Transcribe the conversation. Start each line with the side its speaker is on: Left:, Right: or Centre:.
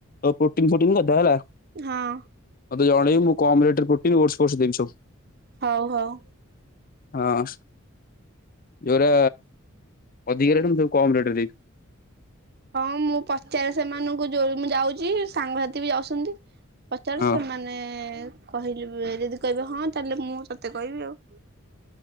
Left: ପ ପ୍ରୋଟିନ୍ ଫୋଟିନ୍ କଥା ହେଲା।
Right: ହଁ।
Left: ମତେ ଜଣେଇବୁ ମୁଁ କମ୍ ରେଟ୍ରେ ପ୍ରୋଟିନ ଓଟ୍ସ ଫୋଟ୍ସ ଦେବି ସବୁ।
Right: ହଉ ହଉ।
Left: ହଁ। ଯୋଉରା ଅଧିକ ରେଟ୍ ମୁଁ ତାକୁ କମ୍ ରେଟରେ ଦେଵି।
Right: ହଁ ମୁଁ ପଚାରେ ସେମାନୁଙ୍କୁ ଯୋଉ ମୁଁ ଯାଉଚିସ୍। ସାଙ୍ଗସାଥି ବି ଯାଉସନ୍ତି ପଚାରେ
Left: ହଁ
Right: ସେମାନେ। କହିଲି ବେ ଯଦି କହିବେ ହଁ ତାହେଲେ ମୁଁ ତତେ କହିବି ଆଉ।